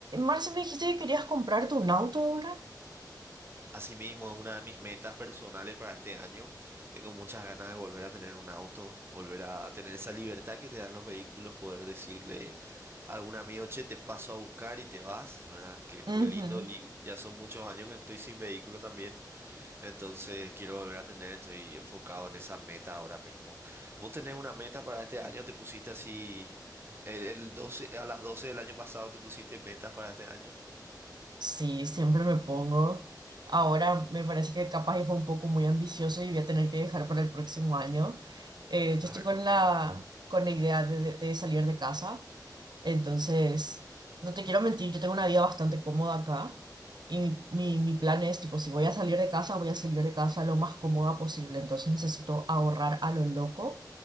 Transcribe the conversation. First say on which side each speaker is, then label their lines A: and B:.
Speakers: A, on the right; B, on the right.
A: Marcia, me dijiste que querías comprarte un auto ahora.
B: Asimismo, una de mis metas personales para este año, tengo muchas ganas de volver a tener un auto, volver a tener esa libertad que te dan los vehículos, poder decirle a algún amigo, che, te paso a buscar y te vas, ¿verdad? Que es muy
A: Ujú.
B: lindo y ya son muchos años que estoy sin vehículo también, entonces quiero volver a tener, estoy enfocado en esa meta ahora mismo. ¿Vos tenés una meta para este año? ¿Te pusiste así el el 12, a las 12 del año pasado te pusiste metas para este año?
A: Sí, siempre me pongo. Ahora me parece que capaz y fue un poco muy ambicioso y voy a tener que dejar para el próximo año. Eh, yo
B: A
A: estoy
B: ver,
A: con
B: contame.
A: la, con la idea de, de- de salir de casa Entonces,
B: Mm,
A: no te quiero mentir, yo tengo una vida bastante cómoda acá y mi, mi, mi plan es, tipo, si voy a salir de casa, voy a salir de casa lo más cómoda posible. Entonces necesito ahorrar a lo loco